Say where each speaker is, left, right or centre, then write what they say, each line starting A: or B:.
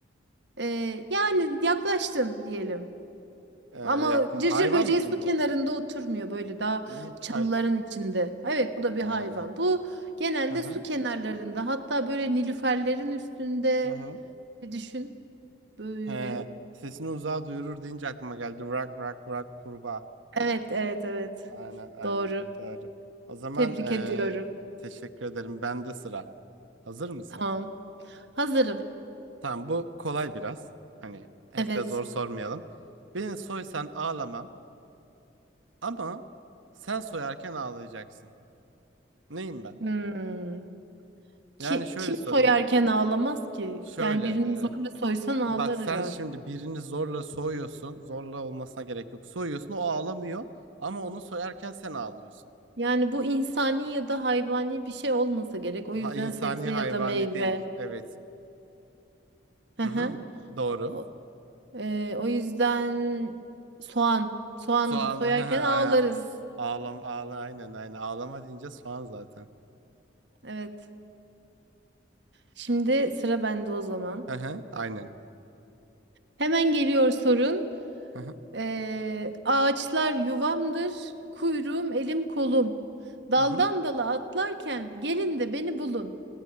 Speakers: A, on the right (about 60°); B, on the right (about 85°).
A: Ee, yani yaklaştın diyelim.
B: E,
A: Ama
B: yak hayvan
A: cırcır böceği
B: mıydı
A: su
B: bu?
A: kenarında oturmuyor böyle daha
B: Ne çay?
A: çalıların içinde. Evet bu da bir
B: Ha.
A: hayvan. Bu genelde
B: Hı hı.
A: su kenarlarında hatta böyle nilüferlerin üstünde
B: Hı hı.
A: bir düşün böyle.
B: He. Sesini uzağa duyurur deyince aklıma geldi. Vrak vrak vrak kurbağa.
A: Evet, evet, evet.
B: Aynen aynen
A: Doğru.
B: Darı. O zaman
A: Tebrik
B: e,
A: ediyorum.
B: teşekkür ederim. Bende sıra. Hazır mısın?
A: Tamam. Hazırım.
B: Tamam bu kolay biraz. Hani hep
A: Evet.
B: de zor sormayalım. Beni soysan ağlamam. Ama sen soyarken ağlayacaksın. Neyim ben?
A: Hmm. Ki,
B: Yani şöyle
A: kim
B: sorayım.
A: soyarken ağlamaz ki?
B: Şöyle
A: Yani birini
B: e,
A: zorla soysan ağlar
B: bak sen
A: herhalde.
B: şimdi birini zorla soyuyorsun. Zorla olmasına gerek yok. Soyuyorsun o ağlamıyor. Ama onu soyarken sen ağlıyorsun.
A: Yani bu insani ya da hayvani bir şey olmasa gerek. O
B: Ha,
A: yüzden
B: insani
A: sebze
B: hayvani
A: ya da meyve.
B: değil. Evet.
A: Hı
B: Hı
A: hı.
B: hı, doğru.
A: O, e, o yüzden soğan. Soğan
B: Soğan
A: soyarken
B: <laughs> a-
A: ağlarız.
B: ağlam ağla aynen aynen ağlama deyince soğan zaten.
A: Evet. Şimdi sıra bende o zaman.
B: Hı hı, aynen.
A: Hemen geliyor sorun.
B: Hı hı,
A: Ee, ağaçlar yuvamdır, kuyruğum elim kolum. Daldan
B: hı hı.
A: dala atlarken gelin de beni bulun.